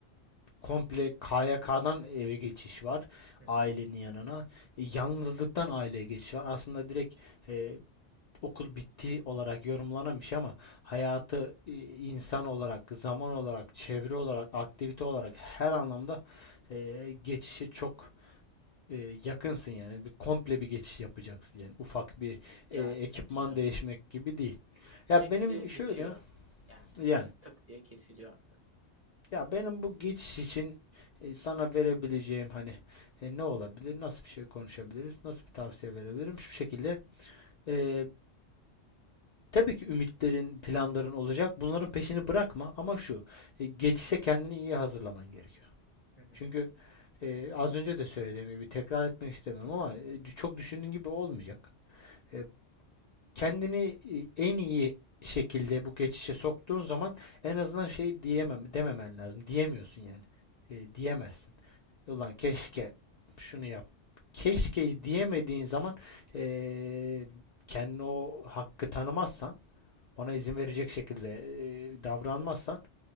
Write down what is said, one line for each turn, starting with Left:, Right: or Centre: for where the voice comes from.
Left: komple KYK'dan eve geçiş var
Right: Hı
Left: ailenin
Right: hı.
Left: yanına. E, yalnızlıktan aileye geçiş var. Aslında direkt e, okul bitti olarak yorumlanamış ama hayatı e, insan olarak, zaman olarak, çevre olarak, aktivite olarak her anlamda e, geçişe çok e, yakınsın yani. Bir komple bir geçiş yapacaksın yani. Ufak bir e,
Right: Ya
Left: ekipman
Right: tabii canım.
Left: değişmek gibi değil. Ya
Right: Hepsi
Left: benim şöyle
Right: bitiyor. Yani hepsi
Left: yani
Right: tık diye kesiliyor.
Left: ya benim bu geçiş için e, sana verebileceğim hani e, ne olabilir? Nasıl bir şey konuşabiliriz? Nasıl bir tavsiye verebilirim? Şu şekilde e, Tabii ki ümitlerin, planların olacak. Bunların peşini bırakma ama şu, e, geçişe kendini iyi hazırlaman gerekiyor.
Right: Hı hı.
Left: Çünkü e, az önce de söylediğim gibi tekrar etmek istemiyorum ama e, çok düşündüğün gibi olmayacak. E, kendini e, en iyi şekilde bu geçişe soktuğun zaman en azından şey diyemem dememen lazım. Diyemiyorsun yani. E, diyemezsin. Ulan keşke şunu yap. Keşke diyemediğin zaman e, kendine o hakkı tanımazsan ona izin verecek şekilde e, davranmazsan